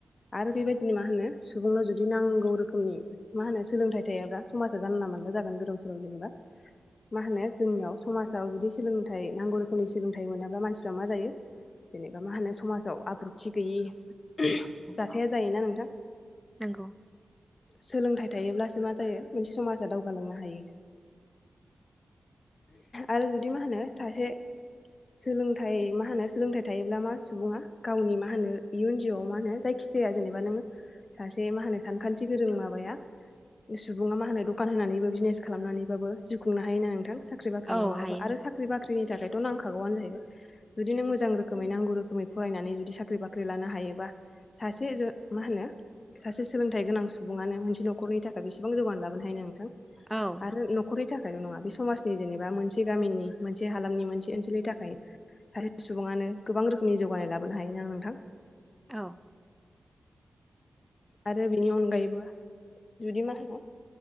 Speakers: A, on the left (about 50°); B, in the centre.
A: आरो बेबायदिनो मा होनो सुबुंनाव जुदि नांगौ रोखोमनि मा होनो सोलोंथाइ थायाब्ला समाजा जानला- मानला जागोन गोदाव सोराव जेनेबा <inaudible> मा होनो जोंनियाव समाजाव जुदि सोलोंथाइ नांगौ रोखोमनि सोलोंथाइ मोनाब्ला मानसिफ्रा मा जायो जेनेबा मा होनो समाजाव आब्रुथि गैयि जाथाया
B: औ
A: जायोना नोंथां
B: नंगौ
A: सोलोंथाइ थायोब्लासो मा जायो मोनसे समाजा दावगालांनो हायो आरो जुदि मा होनो सासे सोलोंथाइ मा होनो सोलोंथाइ थायोब्ला मा सुबुङा गावनि मा होनो इयुन जिउआव मा होनो जायखि जाया जेनेबा नोङो सासे मा होनो सानखान्थि गोरों माबाया सुबुङा मा होनो दखान होनानैबो बिजनेस खालामनानै बाबो जिउ खुंनो हायो ना नोंथां साख्रि -बाख्रि
B: औ
A: नङाबाबो
B: हायो
A: आरो
B: नंगौ
A: साख्रि बाख्रिनि थाखायथ' नांखागौआनो जाहैबाय जुदि नों मोजां रोखोमै नांगौ रोखोमै फरायनानै जुदि साख्रि बाख्रि लानो हायोबा सासे ज मा होनो सासे सोलोंथाइ गोनां सुबुङानो मोनसे न'खरनि थाखाय बेसेबां जौगान लाबोनो हायो ना नोंथां।
B: औ
A: आरो न' खरनि थाखायल' नङा बे समाजनि जेनेबा मोनसे गामिनि मोनसे हालामनि मोनसे ओनसोलनि थाखाय सासे सुबुङानो गोबां रोखोमनि जौगानाय लाबोनो हायोना नोंथां
B: औ
A: आरो बेनि अनगायैबो जुदि मा होनो